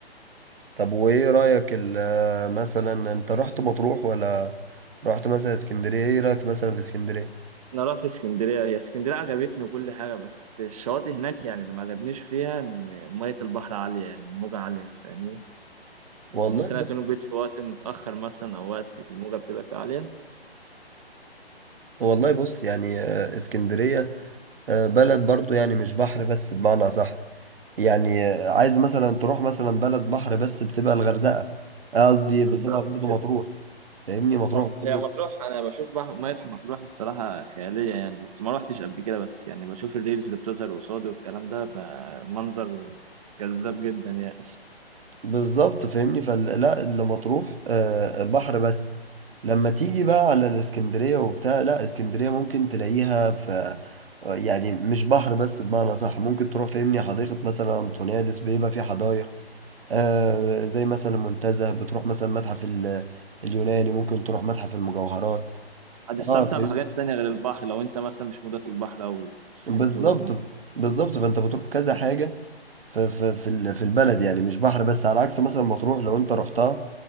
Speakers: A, on the right (about 60°); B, on the right (about 35°).
A: طب وايه رأيك ال- آه، مثلا انت رحت مطروح ولا رحت مثلا اسكندرية ايه رأيك مثلا في اسكندرية
B: انا رحت اسكندريه هي اسكندريه عجبتني وكل حاجه بس الشواطئ هناك يعني اللي ما عجبنيش فيها ان ميه البحر عاليه يعني الموجه عاليه فاهمني
A: والله
B: وممكن
A: بص
B: أكون جيت في وقت متأخر مثلا أو وقت الموجة بتبقى فيه عالية
A: والله بص يعني آه، اسكندرية آه، بلد برضو يعني مش بحر بس بمعنى صح يعني آه، عايز مثلا تروح مثلا بلد بحر بس بتبقى الغردقة آه، قصدي
B: بالظبط
A: بتبقى برضو
B: كده
A: مطروح فاهمني مطروح
B: مط-
A: برضو
B: هي مطروح أنا بشوف بقى مية مطروح الصراحة خيالية يعني بس ما روحتش قبل كده بس يعني بشوف الريلز اللي بتظهر قصادي والكلام ده بقى منظر جذاب جدا يعني
A: بالظبط فاهمني فلا اللي مطروح آه، بحر بس لما تيجي بقى على الاسكندرية وبتاع لا اسكندرية ممكن تلاقيها في آه، يعني مش بحر بس بمعنى صح ممكن تروح فاهمني حديقة مثلا أنطونيادس بيبقى في حدائق آه، زي مثلا المنتزه بتروح مثلا متحف ال- اليوناني ممكن تروح متحف المجوهرات
B: هتستمتع
A: اه فاهم
B: بحاجات تانية غير البحر لو أنت مثلا مش مودك البحر أوي
A: بالظبط
B: فهمت وجهة نظري
A: بالظبط فانت بتروح كذا حاجة في في في ال- في البلد يعني مش بحر بس على عكس مثلا مطروح لو انت رحتها